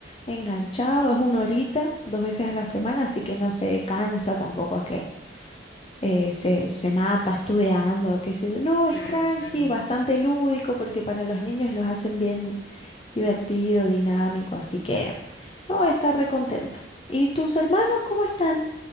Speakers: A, on the left; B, on the left.
A: enganchado, es una horita, dos veces a la semana, así que no se cansa tampoco, es que eh, se, se mata estudiando, qué sé yo. No, es
B: claro,
A: tranqui,
B: claro, ¿no?
A: bastante lúdico, porque para los niños los hacen bien divertido, dinámico, así que no voy a estar recontento. ¿Y tus hermanos cómo están?